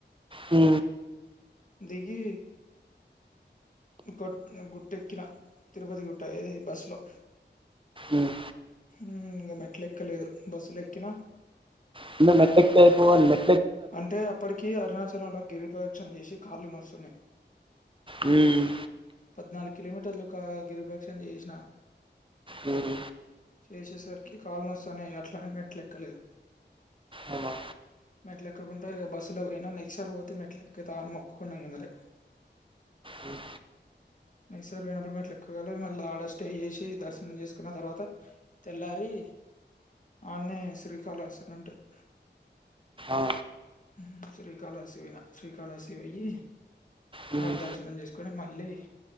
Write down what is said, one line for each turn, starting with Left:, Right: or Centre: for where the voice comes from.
Right: మ్
Left: దిగీ గొ గుట్టెక్కిన తిరుపతి గుట్ట ఏది బస్సులో
Right: ఉమ్
Left: మ్ ఇంక మెట్లు ఎక్కలేదు బస్సులు ఎక్కిన
Right: కింద మెట్లేక్కితే అయిపోవుగాన్లే
Left: అంటే అప్పటికి అరుణాచలంలో గిరి ప్రదక్షిణ చేసి కాళ్లు నొస్తున్నాయి
Right: ఉమ్
Left: పద్నాలుగు కిలోమీటర్లు ఒక గిరి ప్రదక్షిణ జేసిన
Right: మ్మ్
Left: లేసేసరికి కాళ్లు నొస్సనాయి అట్లనే మెట్లెక్కలేదు
Right: అవునా
Left: మెట్లు ఎక్కకుంటే బస్సులో పోయినా నెక్స్ట్ సారి పోతే మెట్లు ఎక్కుత అని మొక్కుకున్నా ఇంగ మరి
Right: మ్మ్
Left: నెక్స్ట్ సారి పోయినప్పుడు మెట్లు ఎక్కాలి మళ్లీ ఆడ స్టే చేసి దర్శనం చేసుకున్న తర్వాత తెల్లారి ఆన్నే శ్రీకాళహస్తి అని ఉంటది
Right: ఆ
Left: మ్ శ్రీకాళహస్తి ఓయిన శ్రీకాళహస్తి ఓయి
Right: హ్మ్.
Left: ఆడ దర్శనం చేసుకొని మ ళ్లీ